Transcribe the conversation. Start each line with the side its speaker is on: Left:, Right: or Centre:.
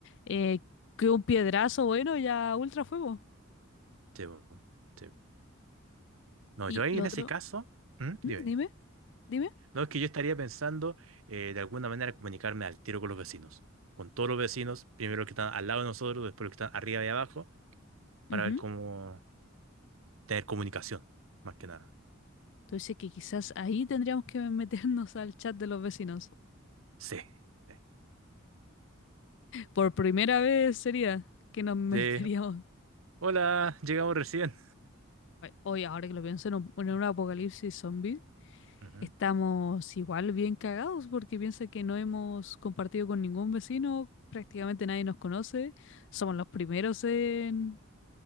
Left: eh, que un piedrazo, bueno, ya ultra fuego.
Right: sí, bo- sí, bo. No,
Left: Y
Right: yo ahí
Left: lo
Right: en
Left: otro,
Right: ese caso, ¿Mm?
Left: ¿Mm?
Right: Dime.
Left: dime, dime.
Right: No, es que yo estaría pensando eh, de alguna manera comunicarme al tiro con los vecinos, con todos los vecinos, primero los que están al lado de nosotros, después los que están arriba y abajo, para
Left: Ujú.
Right: ver cómo tener comunicación, más que nada.
Left: Entonces que quizás ahí tendríamos que meternos al chat de los vecinos.
Right: Sí, sí.
Left: Por primera vez sería que nos <laughs> meteríamos.
Right: Sí. Hola, llegamos recién.
Left: Hoy, ahora que lo pienso, en un, en un apocalipsis zombie,
Right: Ujú.
Left: Estamos igual bien cagados porque piensa que no hemos compartido con ningún vecino, prácticamente nadie nos conoce, somos los primeros en,